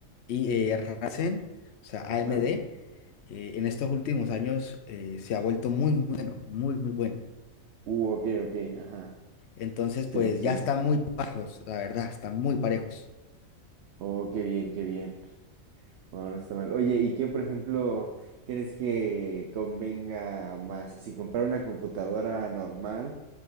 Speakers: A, on the left; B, on the right.
A: y, eh, Ryzen, o sea, AMD,
B: Ajá.
A: eh, en estos últimos años eh, se ha vuelto muy muy bueno, muy, muy bueno.
B: Uh, ok, ok, ajá.
A: Entonces,
B: Sí,
A: pues
B: sí, sí.
A: ya están muy parejos, la verdad, están muy parejos.
B: Oh, qué bien, qué bien. Bueno, no está mal. Oye, ¿y qué, por ejemplo, crees que convenga más? ¿Así comprar una computadora normal